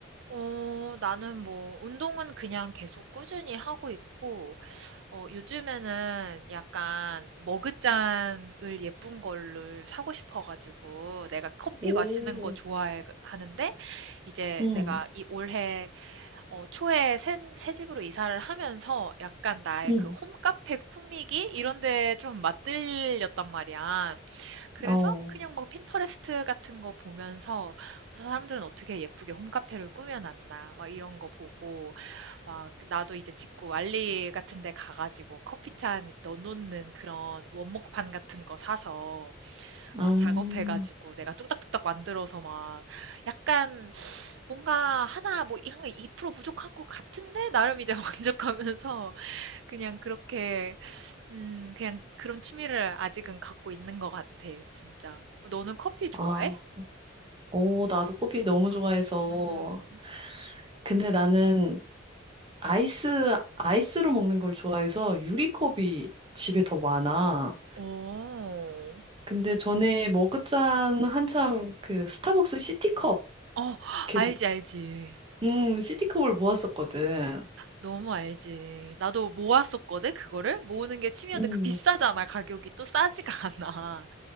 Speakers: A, on the right; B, on the right.
A: 어, 나는 뭐, 운동은 그냥 계속 꾸준히 하고 있고, 어, 요즘에는 약간 머그잔을 예쁜 걸를 사고 싶어가지고, 내가 커피
B: 오,
A: 마시는 거 좋아하는데, 이제
B: 응,
A: 내가 이 올해 어, 초에 새, 새 집으로 이사를 하면서 약간 나의
B: 응.
A: 그 홈카페 꾸미기 이런 데 좀 맞들렸단 말이야. 그래서
B: 어,
A: 그냥 막 핀터레스트 같은 거 보면서 사람들은 어떻게 예쁘게 홈카페를 꾸며놨나 막 이런 거 보고 막 나도 이제 직구 알리 같은 데 가가지고 커피잔 넣어놓는 그런 원목판 같은 거 사서
B: 음,
A: 막 작업해가지고 내가 뚝딱뚝딱 만들어서 막 약간 뭔가 하나 뭐 한 2% 부족한 것 같은데 나름 이제 <laughs> 만족하면서 그냥 그렇게 음 그냥 그런 취미를 아직은 갖고 있는 것 같아 진짜. 너는 커피 좋아해?
B: 아, 오, 나도 커피 너무 좋아해서.
A: 오.
B: 근데 나는 아이스, 아이스로 먹는 걸 좋아해서 유리컵이 집에 더 많아.
A: 오.
B: 근데 전에 머그잔 한참 그 스타벅스 시티컵
A: 어,
B: 계속,
A: 알지 알지.
B: 음, 시티컵을 모았었거든.
A: 너무 알지. 나도 모았었거든 그거를 모으는 게 취미였는데
B: 음,
A: 그 비싸잖아 가격이 또 싸지가 <laughs> 않아.